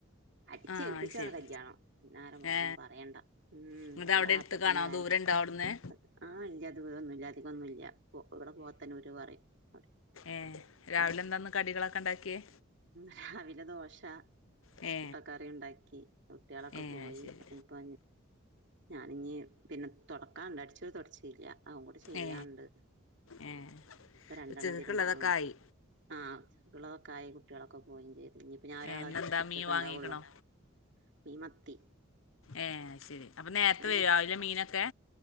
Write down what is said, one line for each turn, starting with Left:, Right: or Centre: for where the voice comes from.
Right: അടിച്ച
Left: ആ
Right: ഏൽപ്പിച്ചണം
Left: അത് ശരി
Right: കല്യാണം അന്നാര മോളൊന്നും
Left: ഏ
Right: പറയണ്ട ഉം
Left: എന്നിട്ട്
Right: വേണ്ട
Left: അവിടെ എടുത്ത്
Right: അപ്പ
Left: കാണോ
Right: തന്നെ വേണ്ട
Left: ദൂരം ഉണ്ടോ അവിടുന്ന്
Right: ആഹ് ഇല്ല ദൂരൊന്നുംല്ല അധികന്നുല്ല ഇവിടെ പോത്തന്നോര് പറയും അവിടെ
Left: ഏഹ് രാവിലെ
Right: ഉം
Left: എന്താന്ന് കടികളൊക്കെ ഇണ്ടാക്കിയേ
Right: രാവിലെ ദോശ
Left: ഏ
Right: മുട്ടക്കറി ഉണ്ടാക്കി കുട്ടികളൊക്കെ
Left: ഏ
Right: പോയി
Left: അത് ശരി
Right: അനിപ്പോ ഞാനിഞ്ഞ് പിന്നെ തുടക്കാണ്ട് അടിച്ചടി തുട ചില്ല അതും കൂടി ചെയ്യാണ്ട്
Left: ഏ ഏ
Right: രണ്ടെണ്ണം
Left: ഉച്ചക്കക്കുള്ളതൊക്കെ
Right: തീരിമ്പാനുണ്ട്
Left: ആയി
Right: ആഹ് ഉള്ളതൊക്കെ ആയി കുട്ടികളൊക്കെ പോയിയും ചെയ്ത് ഇനിപ്പൊ ഞാൻ ഒരാളെ
Left: ഏ ഇന്നെന്താ
Right: ഒറ്റെക്കെ
Left: മീൻ വാങ്ങിക്കണോ
Right: ഇണ്ടാവുള്ളൂ മീമത്തി
Left: എന് ശരി അപ്പൊ നേരത്തെ വരോ
Right: കുട്ടി
Left: രാവിലെ മീനൊക്കെ